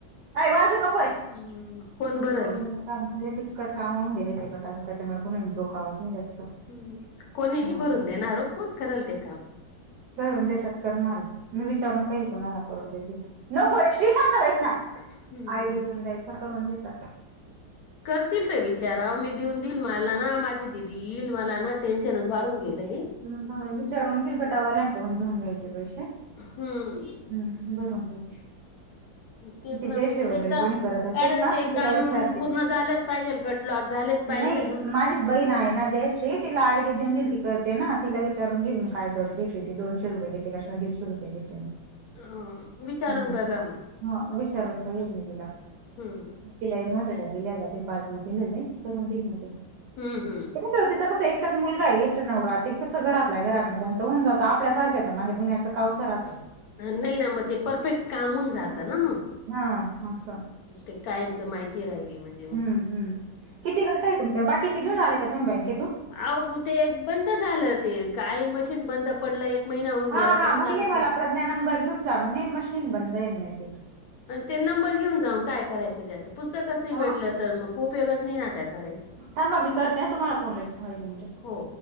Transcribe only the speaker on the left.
हम्म कोण भरल
हम्म कोणी नाही भरून देणार हो कोण करल ते काम.
हम्म.
करतील ते विचार. अव मी देऊन देईल मला ना माझे दिदी येईल मला ना टेन्शनच वाढून गेलय.
हम्म
तेच
ना
मग
एकदा
कारण
ते
काम
पूर्ण झालंच पाहिजेल गट लॉक झालेच पाहिजेल
ना.
हम्म
अ विचारून
बघा मग.
हम्म
हम्म हम्म
नाही ना मग ते परफेक्ट काम होऊन जात ना म.
ते कायमच माहिती राहिले म्हणे,
अहो ते बंद झालं ते. काही मशीन बंद पडलंय. एक महिना होऊन
गेला तरी
चालत
नाही.
ते नंबर घेऊन जाऊन काय करायचं त्याचं. पुस्तकच नाही
भेटलं तर मग उपयोगच नाही ना त्याचा काय.
हो